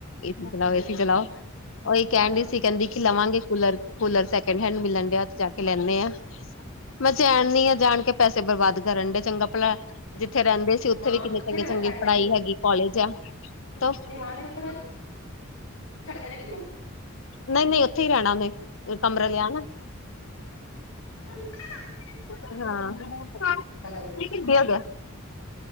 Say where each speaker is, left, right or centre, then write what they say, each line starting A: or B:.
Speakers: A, on the left (about 65°); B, on the left (about 80°).
A: ਏਸੀ ਚਲਾਓ
B: ਸਹੀ
A: ਏਸੀ
B: ਗੱਲ
A: ਚਲਾਓ ਉਹੀ ਕੈਣ
B: ਜਾ
A: ਡਈ ਸੀ ਕੈਂਦੀ ਕੀ ਲਵਾਂਗੇ ਕੂਲਰ-ਕੂਲਰ ਸੈਕਿੰਡ ਹੈਂਡ ਮਿਲਣ ਡਾਇਆ ਉਥੇ ਜਾ ਕੇ ਲੈਂਣੇ ਆਂ। ਮੈਂ ਚੈਣ ਨੀ ਆ ਜਾਣ ਕੇ ਪੈਸੇ ਬਰਬਾਦ ਕਰਨ ਡੇ ਚੰਗਾ ਭਲਾ ਜਿੱਥੇ ਰੈਂਦੇ ਸ ਤੇ ਉੱਥੇ
B: ਮਾਂ
A: ਵੀ ਕਿੰਨੇ
B: ਕਿੱਥੇ
A: ਚੰਗੇ-ਚੰਗੇ
B: ਰਹਿਣਾ ਛੱਡ ਕੇ
A: ਪੜ੍ਹਾਈ
B: ਆਜੂਗੀ
A: ਹੈਗੀ ਕੋਲਜ ਆ ਤ
B: ਨਹੀਂ ਮਾਂ ਨੇ ਉੱਥੇ <inaudible>
A: ਨਈ-ਨਈ ਉੱਥੇ ਈ ਰੈਂਣਾ ਉਨੇ ਅ ਕਮਰਾ ਲਿਆ ਨਾ।
B: ਮੰਮਾ
A: ਹਾਂ
B: ਕਰਿਓ
A: ਕੀ ਹੋ ਗਿਆ।